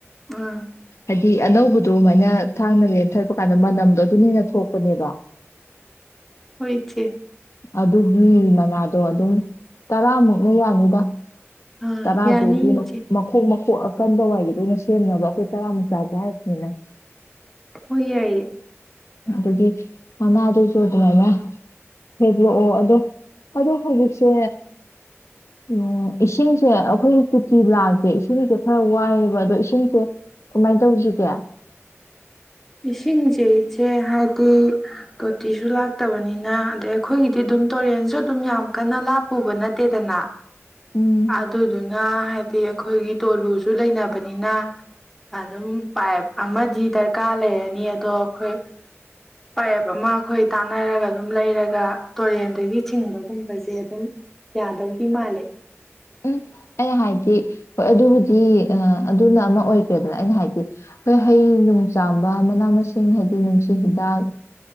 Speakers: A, in the centre; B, on the left.
A: ꯑꯥ
B: ꯍꯥꯏꯗꯤ ꯑꯅꯧꯕ ꯑꯗꯨꯃꯥꯏꯅ ꯊꯥꯡꯅ ꯂꯩꯅ ꯊꯠꯄ ꯀꯥꯟꯗ ꯃꯅꯝꯗꯣ ꯑꯗꯨꯅ ꯍꯦꯟꯅ ꯊꯣꯛꯄꯅꯦꯕ
A: ꯍꯣꯏ ꯏꯆꯦ
B: ꯑꯗꯨꯒꯤ ꯃꯅꯥ ꯑꯗꯣ ꯑꯗꯨꯝ ꯇꯔꯥꯃꯨꯛꯅ ꯌꯥꯅꯤꯗ
A: ꯑꯥ
B: ꯇꯔꯥꯗꯨꯒꯤ
A: ꯌꯥꯅꯤ ꯏꯆꯦ
B: ꯃꯈꯣꯡ ꯃꯈ ꯑꯀꯟꯕ ꯋꯥꯏꯒꯤꯗꯨ ꯑꯣꯏꯅ ꯁꯦꯝꯅꯕ ꯑꯩꯈꯣꯏ ꯇꯔꯥ ꯃꯆꯥꯥꯁꯦ ꯍꯥꯏꯔꯕꯅꯤꯅ
A: ꯍꯣꯏ ꯌꯥꯏꯌꯦ
B: ꯑꯗꯨꯗꯒꯤ ꯃꯅ ꯑꯗꯨ ꯁꯣ ꯑꯗꯨꯃꯥꯏꯅ ꯍꯦꯗꯂꯛꯑꯣ ꯑꯗꯣ ꯑꯗꯣ ꯍꯧꯖꯤꯛꯁꯦ ꯎ ꯏꯁꯤꯡꯁꯦ ꯑꯩꯈꯣꯏ ꯀꯨꯇꯤ ꯂꯥꯛꯇꯦ ꯏꯁꯤꯡꯁꯦ ꯈꯔ ꯋꯥꯏꯑꯦꯕ ꯑꯗꯣ ꯏꯁꯤꯡꯁꯦ ꯀꯃꯥꯏꯅ ꯇꯧꯁꯤꯒꯦ
A: ꯏꯁꯤꯡꯁꯦꯁꯦ ꯍꯥꯏꯗꯤ ꯇꯣꯇꯤꯁꯨ ꯂꯥꯛꯇꯕꯅꯤꯅ ꯑꯗꯩ ꯑꯩꯈꯣꯏꯒꯤꯗꯤ ꯑꯗꯨꯝ ꯇꯨꯔꯦꯟꯁꯨ ꯑꯗꯨꯝ ꯌꯥꯝ ꯀꯟꯅ ꯂꯥꯞꯄꯨꯕ ꯅꯠꯇꯦꯗꯅ
B: ꯎꯝ
A: ꯑꯗꯨꯗꯨꯅ ꯍꯥꯏ ꯍꯥꯏꯗꯤ ꯑꯩꯈꯣꯏꯒꯤ ꯇꯣꯂꯨꯁꯨ ꯂꯩꯅꯕꯅꯤꯅ ꯑꯗꯨꯝ ꯄꯥꯏꯞ ꯑꯃꯗꯤ ꯗꯔꯀꯥꯔ ꯂꯩꯔꯅꯤ ꯑꯗꯣ ꯑꯩꯈꯣꯏ ꯄꯥꯏꯞ ꯑꯃ ꯑꯩꯈꯣꯏ ꯇꯥꯟꯅꯔꯒ ꯑꯗꯨꯝ ꯂꯩꯔꯒ ꯇꯨꯔꯦꯟꯗꯒꯤ ꯆꯤꯡꯕꯒꯨꯝꯕꯁꯦ ꯑꯗꯨꯝ ꯌꯥꯗꯧꯗꯤ ꯃꯥꯜꯂꯤꯦ
B: ꯎꯝ ꯑꯩꯅ ꯍꯥꯏꯗꯤ ꯍꯣꯏ ꯑꯗꯨꯕꯨꯗꯤ ꯑꯗꯨꯅ ꯑꯃ ꯑꯣꯏꯈ꯭ꯔꯦꯗꯅ ꯑꯩꯅ ꯍꯥꯏꯗꯤ ꯍꯩꯅꯨꯡ ꯆꯥꯝꯕ ꯃꯅꯥ ꯃꯁꯤꯡ ꯍꯥꯏꯗꯤ ꯅꯨꯡꯁꯤꯠ ꯍꯤꯗꯥꯛ